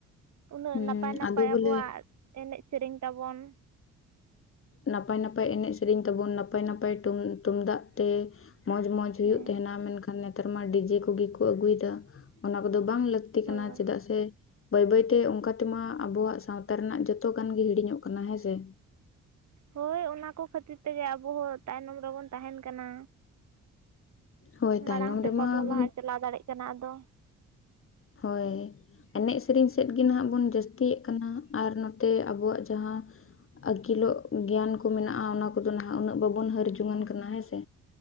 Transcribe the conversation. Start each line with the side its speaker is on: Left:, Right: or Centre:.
Right: ᱩᱱᱟᱹᱜ
Left: ᱦᱩᱸ
Right: ᱱᱟᱯᱟᱭ ᱱᱟᱯᱟᱭ
Left: ᱟᱫᱚ ᱵᱚᱞᱮ
Right: ᱟᱵᱚᱣᱟᱜ ᱮᱱᱮᱡ ᱥᱮᱨᱮᱧ ᱛᱟᱵᱚᱱ᱾
Left: ᱱᱟᱯᱟᱭ ᱱᱟᱯᱟᱭ ᱮᱱᱮᱡ ᱥᱮᱨᱮᱧ ᱛᱟᱵᱚᱱ ᱱᱟᱯᱟᱭ ᱱᱟᱯᱟᱭ ᱴᱩᱢ ᱛᱩᱢᱫᱟᱜ ᱛᱮ, ᱢᱚᱸᱡᱽ ᱢᱚᱸᱡᱽ
Right: ᱦᱮᱸ
Left: ᱦᱩᱭᱩᱜ ᱛᱮᱦᱮᱱᱟ, ᱢᱮᱱᱠᱷᱟᱱ ᱱᱮᱛᱟᱨ ᱢᱟ ᱰᱤᱡᱮ ᱠᱩᱜᱤ ᱠᱚ ᱟᱹᱜᱩᱭᱫᱟ᱾ ᱚᱱᱟ ᱠᱚᱫᱚ ᱵᱟᱝ ᱞᱟᱹᱠᱛᱤ
Right: ᱦᱳᱭ
Left: ᱠᱟᱱᱟ᱾ ᱪᱮᱫᱟᱜ ᱥᱮ? ᱵᱟᱹᱭ ᱵᱟᱹᱭᱛᱮ ᱚᱝᱠᱟ ᱛᱮᱢᱟ ᱟᱵᱚᱣᱟᱜ ᱥᱟᱸᱶᱛᱟ ᱨᱮᱱᱟᱜ ᱡᱚᱛᱚ ᱜᱟᱱ ᱜᱮ ᱦᱤᱲᱤᱧᱚᱜ ᱠᱟᱱᱟ ᱦᱮᱸ ᱥᱮ᱾
Right: ᱦᱳᱭ ᱚᱱᱟᱠᱚ ᱠᱷᱟᱹᱛᱤᱨ ᱛᱮᱜᱮ ᱟᱵᱚ ᱦᱚᱸ ᱛᱟᱭᱱᱚᱢ ᱨᱮᱵᱚᱱ ᱛᱟᱦᱮᱱ ᱠᱟᱱᱟ᱾
Left: ᱦᱳᱭ ᱛᱟᱭᱱᱚᱢ
Right: ᱢᱟᱲᱟᱝ ᱥᱮᱫ
Left: ᱨᱮᱢᱟ
Right: ᱵᱟᱵᱚ
Left: ᱵᱚᱱ
Right: ᱞᱟᱦᱟ ᱪᱟᱞᱟᱣ ᱫᱟᱲᱮᱭᱟᱜ ᱠᱟᱱᱟ ᱟᱫᱚ᱾
Left: ᱦᱳᱭ᱾ ᱮᱱᱮᱡ ᱥᱤᱨᱤᱧ ᱥᱮᱫ ᱜᱮ ᱱᱟᱦᱟᱜ ᱵᱚᱱ ᱡᱟᱹᱥᱛᱤᱭᱮᱜ ᱠᱟᱱᱟ ᱟᱨ ᱱᱚᱛᱮ ᱟᱵᱚᱣᱟᱜ ᱡᱟᱦᱟᱸ, ᱟᱹᱠᱤᱞᱚᱜ ᱜᱮᱭᱟᱱ ᱠᱚ ᱢᱮᱱᱟᱜᱼᱟ ᱚᱱᱟ ᱠᱚᱫᱚ ᱱᱟᱦᱟᱜ ᱩᱱᱟᱹᱜ ᱵᱟᱵᱚᱱ ᱦᱟᱹᱨ ᱡᱚᱝᱟᱱ ᱠᱟᱱᱟ ᱦᱮᱸ ᱥᱮ᱾